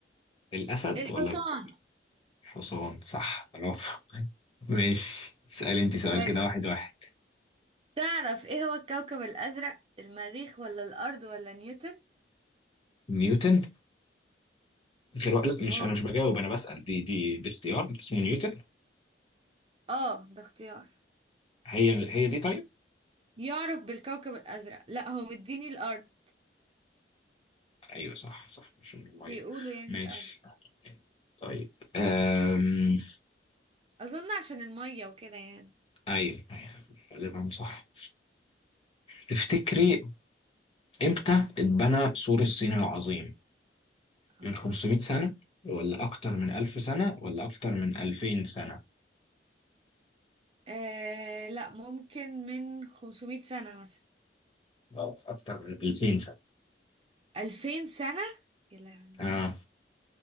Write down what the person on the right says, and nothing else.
الحصان
طيب
تعرف إيه هو الكوكب الأزرق؟ المريخ ولا الأرض ولا نيوتن؟
هو
آه ده اختيار
يعرف بالكوكب الأزرق لا هو مديني الأرض
بيقولوا يعني
الأرض
أظن عشان المية وكده يعني
اه
آه لا ممكن من 500 سنة مثلا
2000 سنة يا لهوي